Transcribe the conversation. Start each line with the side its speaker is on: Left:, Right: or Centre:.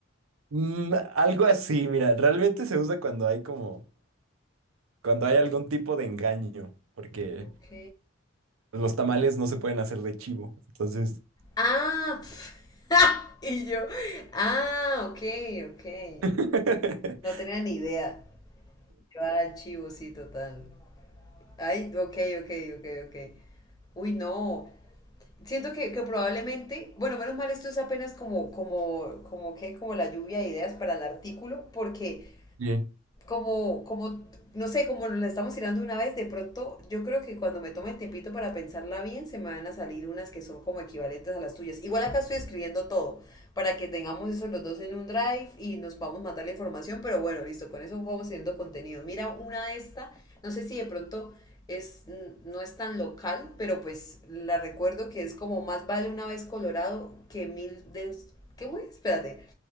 Right: Mm, algo así, mira, realmente se usa cuando hay como, cuando hay algún tipo de engaño, porque
Left: Ok.
Right: pues, los tamales no se pueden hacer de chivo, entonces.
Left: Ah, <laughs> y yo, ah, ok, ok.
Right: <laughs>
Left: No tenía ni idea. Yo, ah, el chivo, sí, total. Ay, ok, ok, ok, ok. Uy, no. Siento que, que probablemente, bueno, menos mal esto es apenas como, como, como que, como la lluvia de ideas para el artículo, porque
Right: Bien.
Left: como, como, no sé, como nos la estamos tirando una vez, de pronto yo creo que cuando me tome el tiempito para pensarla bien, se me van a salir unas que son como equivalentes a las tuyas. Igual acá estoy escribiendo todo, para que tengamos eso los dos en un drive y nos vamos a matar la información, pero bueno, listo, con eso vamos teniendo contenido. Mira una de esta, no sé si de pronto es, no es tan local, pero pues la recuerdo que es como más vale una vez Colorado que mil de... ¿Qué fue? Espérate.